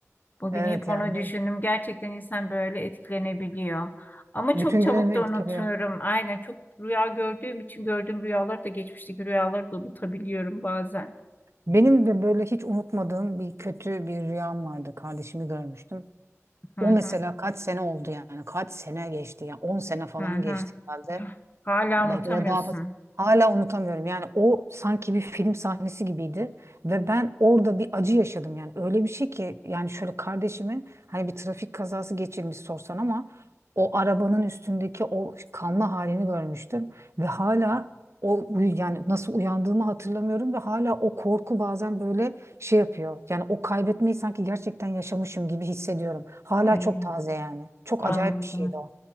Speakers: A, on the left; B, on the right.
A: Bugün
B: Evet
A: hep
B: yani
A: onu düşündüm. Gerçekten insan böyle etkilenebiliyor. Ama
B: bütün
A: çok çabuk
B: gününü
A: da
B: etkiliyor.
A: unutuyorum. Aynen çok rüya gördüğüm için gördüğüm rüyaları da geçmişteki rüyaları da unutabiliyorum bazen.
B: Benim de böyle hiç unutmadığım bir kötü bir rüyam vardı. Kardeşimi görmüştüm.
A: Hı
B: O
A: hı.
B: mesela kaç sene oldu yani? Kaç sene geçti ya? on sene falan
A: Hı hı.
B: geçti herhalde.
A: Hah, Hala
B: Belki
A: unutamıyorsun.
B: de daha fazla. Hala unutamıyorum. Yani o sanki bir film sahnesi gibiydi ve ben orada bir acı yaşadım yani. Öyle bir şey ki yani şöyle kardeşimi hani bir trafik kazası geçirmiş sorsan ama o arabanın üstündeki o kanlı halini görmüştüm ve hala o yani nasıl uyandığımı hatırlamıyorum ve hala o korku bazen böyle şey yapıyor. Yani o kaybetmeyi sanki gerçekten yaşamışım gibi hissediyorum. Hala
A: Ay,
B: çok taze yani. Çok
A: anladım.
B: acayip bir şeydi o.